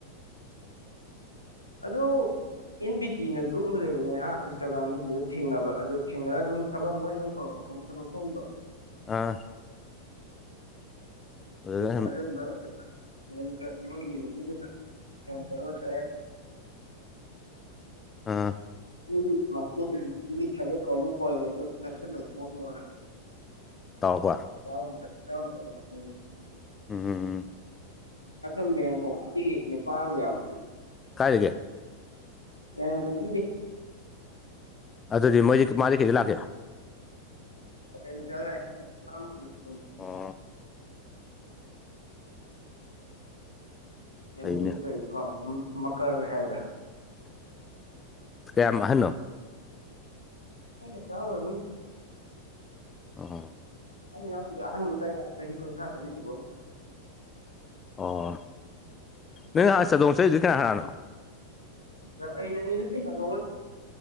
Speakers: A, on the left (about 85°); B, on the left (about 20°).
A: ꯑꯗꯣ ꯑꯦꯟ ꯕꯤ ꯇꯤꯅ ꯒ꯭ꯔꯨꯞ ꯑꯃ ꯂꯩꯕꯅꯦ ꯑꯥ ꯏꯟꯁꯇꯥꯒ꯭ꯔꯥꯝꯗꯨ ꯑꯗꯨꯗ ꯊꯦꯡꯅꯕ ꯑꯗꯣ ꯊꯦꯡꯅꯔꯒ ꯑꯗꯨꯝ ꯊꯕꯛ ꯃꯣꯏ ꯅꯨꯡ ꯀꯧꯔꯛꯄ ꯈꯣꯠꯄ ꯊꯕꯛ ꯈꯣꯡꯗꯣ
B: ꯑꯥ ꯑꯗꯨꯗ
A: ꯊꯥꯖꯟꯕ
B: ꯁꯨꯝ
A: ꯑꯗꯥ ꯉꯝꯗꯦ ꯃꯣꯏ ꯌꯦꯡꯕ ꯅꯨꯄꯤꯗꯨꯅ <inaudible>
B: ꯑꯥ
A: ꯎꯏꯖꯤ ꯃꯀꯥꯔ ꯏꯖꯨꯀꯤꯇꯤꯞꯀꯤ ꯊꯕꯛ ꯀꯟꯅ ꯀꯧꯔꯤꯕ ꯑꯗꯨ ꯆꯠꯁꯤꯜꯂꯨ ꯈꯣꯠꯂꯣꯅ
B: ꯇꯧꯕ
A: ꯌꯥꯎꯗꯔꯦ ꯌꯥꯎ <inaudible>
B: ꯎꯝ
A: ꯑꯁꯣꯝ ꯌꯥꯏꯉꯪꯄꯣꯛꯇꯒꯤ ꯅꯨꯄꯥ ꯑꯃ ꯌꯥꯎꯏ
B: ꯀꯥꯏꯗꯒꯤ
A: ꯌꯥꯏꯉꯪꯄꯣꯛꯄꯤ ꯗꯩ
B: ꯑꯗꯨꯗꯤ ꯃꯣꯏꯗꯤ ꯃꯥꯗꯤ ꯀꯩꯗ ꯂꯥꯛꯀꯦ
A: ꯒꯥꯔꯤ ꯃꯆꯥ ꯂꯥꯛꯑꯦ ꯒꯥꯔꯤ ꯃꯆꯥ ꯑꯃ ꯄꯤꯎ
B: ꯑꯣ
A: ꯌꯥꯝꯕꯨꯡꯒꯤ
B: ꯐꯩꯅꯦ
A: ꯃꯤꯡꯗꯣ ꯀꯩꯕ ꯀꯥꯎꯔꯦ ꯃꯀꯥꯔ ꯍꯥꯏꯕꯔ
B: ꯀꯌꯥꯝ ꯑꯍꯟꯅꯣ
A: ꯈꯣꯏ ꯂꯦꯡꯒ ꯑꯣꯏꯔꯝꯅꯤ
B: ꯑꯣ
A: ꯑꯩꯅ ꯌꯥꯎꯗꯨꯖꯦ ꯑꯍꯟ ꯃꯔꯛꯇ ꯆꯍꯤ ꯀꯨꯟꯊꯔꯥ ꯇꯔꯨꯛ ꯁꯨꯕ ꯑꯃ
B: ꯑꯣ ꯅꯪ ꯑꯥ ꯆꯥꯗꯣꯡ ꯆꯠꯂꯨꯏꯖꯦ ꯀꯅꯥ ꯀꯅꯥꯅꯣ
A: <inaudible>